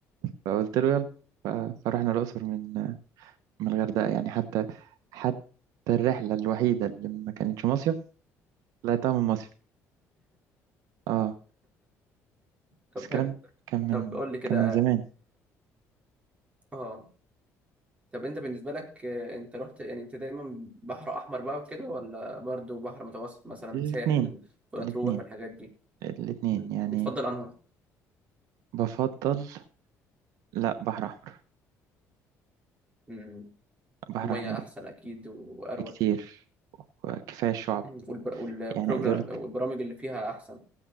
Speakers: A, on the right (about 80°); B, on the right (about 20°).
A: فقلت له يلا ف- فرحنا الاقصر من آه، من الغردقه يعني حتى حتى الرحله الوحيده اللي ما كانتش مصيف طلعتها من مصيف اه
B: طب
A: بس الكلام
B: حلو
A: كان من
B: طب قول لي كده
A: كان من زمان
B: اه طب انت بالنسبه لك آه، انت رحت يعني انت دايما بحر احمر بقى وكده ولا برضو بحر متوسط مثلا
A: الاثنين
B: ساحل ومطروح
A: الاثنين
B: والحاجات دي
A: الاثنين
B: مم.
A: يعني
B: بتفضل انهي
A: بفضل لا بحر احمر
B: مم.
A: بحر
B: الميه
A: احمر
B: احسن اكيد واروق
A: بكتير وكفايه الشعب
B: مم. والبر... والبروجرام
A: يعني عايز اقول لك
B: والبرامج اللي فيها احسن